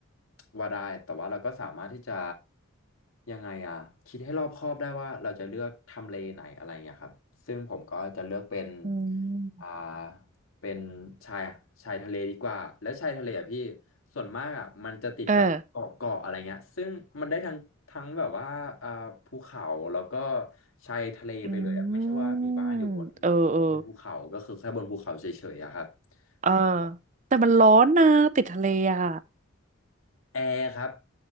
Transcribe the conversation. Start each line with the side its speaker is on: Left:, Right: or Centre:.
Left: ว่าได้แต่ว่าเราก็สามารถที่จะยังไงอะคิดให้รอบคอบได้ว่าเราจะเลือกทำเลไหนอะไรเงี้ยครับซึ่งผมก็จะเลือกเป็น
Right: อืม
Left: อ่า เป็นชายชายทะเลดีกว่าแล้วชายทะเลอ่ะพี่ส่วนมากอ่ะมันจะติดกับเกาะเกาะอะไรเงี้ยซึ่งมันได้ทั้งทั้งแบบว่าอ่าภูเขาแล้วก็
Right: เออ
Left: ชายทะเลไปเลยอ่ะไม่ใช่ว่ามีบ้านอยู่บน
Right: อืมเออ เออ
Left: บนภูเขาก็คือแค่บนภูเขาเฉยๆอะครับ
Right: เออ
Left: แล้วก็
Right: แต่มันร้อนนะติดทะเลอ่ะ
Left: แอร์ครับ